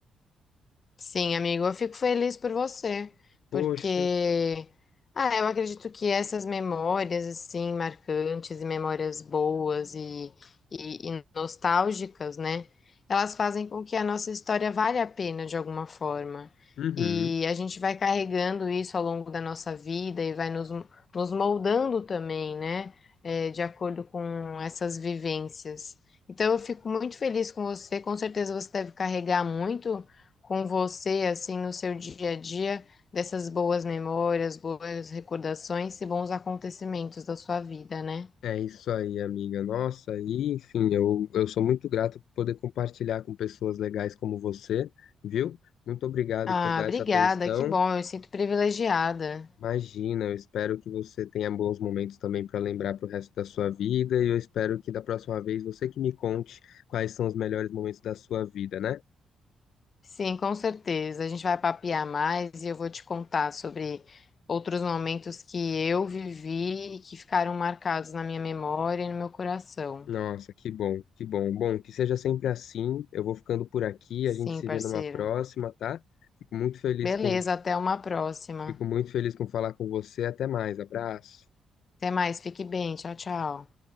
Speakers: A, on the left (about 45°); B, on the left (about 75°).
A: Sim, amigo, eu fico feliz por você,
B: Poxa,
A: porque ah, eu acredito que essas memórias assim marcantes e memórias boas e, e, e nostálgicas, né? Elas fazem com que a nossa história valha a pena de alguma forma.
B: uhum.
A: E a gente vai carregando isso ao longo da nossa vida e vai nos, nos moldando também, né? É, de acordo com essas vivências. Então eu fico muito feliz com você, com certeza você deve carregar muito com você, assim, no seu dia a dia, dessas boas memórias, boas recordações e bons acontecimentos da sua vida, né?
B: É isso aí, amiga. Nossa, e enfim, eu, eu sou muito grato por poder compartilhar com pessoas legais como você, viu? Muito obrigado
A: Ah,
B: por dar
A: obrigada,
B: essa atenção.
A: que bom, eu me sinto privilegiada.
B: Imagina, eu espero que você tenha bons momentos também para lembrar para o resto da sua vida. E eu espero que da próxima vez você que me conte quais são os melhores momentos da sua vida, né?
A: Sim, com certeza. A gente vai papear mais e eu vou te contar sobre outros momentos que eu vivi e que ficaram marcados na minha memória e no meu coração.
B: Nossa, que bom, que bom. Bom, que seja sempre assim. Eu vou ficando por aqui,
A: Sim,
B: a gente se
A: parceiro.
B: vê numa próxima, tá? Fico muito feliz
A: Beleza,
B: com,
A: até uma próxima.
B: fico muito feliz com falar com você. Até mais, abraço.
A: Até mais, fique bem. Tchau, tchau.